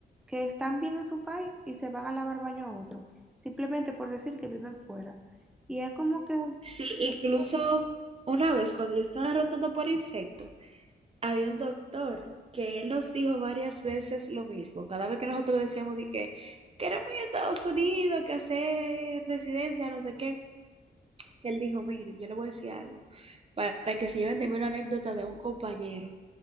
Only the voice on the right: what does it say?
Sí, incluso una vez cuando yo estaba rotando por infecto, había un doctor que él nos dijo varias veces lo mismo. Cada vez que nosotros decíamos de que queremos ir a Estados Unidos, que hacer residencia, no sé qué, que él dijo, miren, yo le voy a decir algo para que se lleven de mí una anécdota de un compañero,